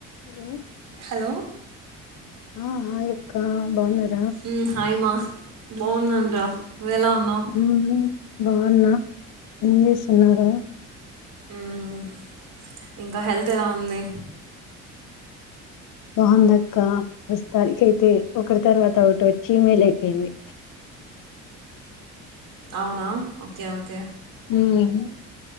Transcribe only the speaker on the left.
hello
ఆ hi అక్క బాగున్నార
మ్మ్ బాగున్నా ఏం చేస్తున్నారు
బాగుంది అక్క ప్రస్తుతానీకైతే ఒకటి తర్వాత ఒకటి వచ్చి ఇమెయిల్ అయిపోయింది
ఉమ్